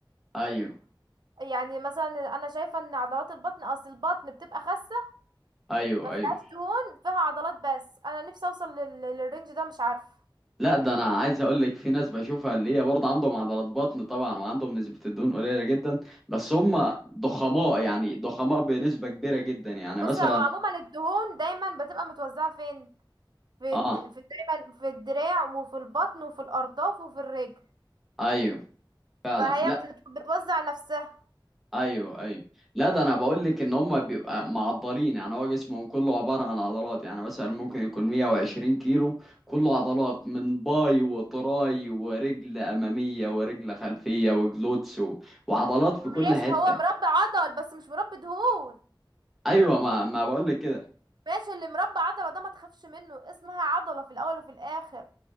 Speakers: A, in the centre; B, on the right.
A: ايوه
B: يعني مثلا انا شايفة ان عضلات البطن اصل البطن بتبقى خاسة
A: ايوه
B: ما فيهاش
A: ايوه
B: دهون فيها عضلات بس انا نفسي اوصل لل- للرينج ده مش عارفة
A: لا ده انا عايز اقول لك في ناس بشوفها اللي هي برضه عندهم عضلات بطن طبعا وعندهم نسبة الدهون قليلة جدا بس هم ضخماء يعني ضخماء بنسبة كبيرة جدا يعني
B: بص
A: مثلا
B: هو عموما الدهون دايما بتبقى متوزعة فين في,
A: اه
B: الد... في دايما في الدراع وفي البطن وفي الأرداف وفي الرجل
A: ايوه فعلا
B: فهي
A: لا
B: بتت... بتوزع نفسها
A: ايوه ايوه لا ده انا بقول لك ان هم بيبقى معضلين يعني هو جسمهم كله عبارة عن عضلات يعني مثلا ممكن يكون 120 كيلو كله عضلات من باي وتراي ورجل امامية ورجل خلفية وجلوتس و- وعضلات في
B: ماشي
A: كل حتة
B: هو مربي عضل بس مش مربي دهون
A: ايوه ما ما بقول لك كده
B: ماشي اللي مربي عضلة ده ما تخافش منه اسمها عضلة في الأول وفي الآخر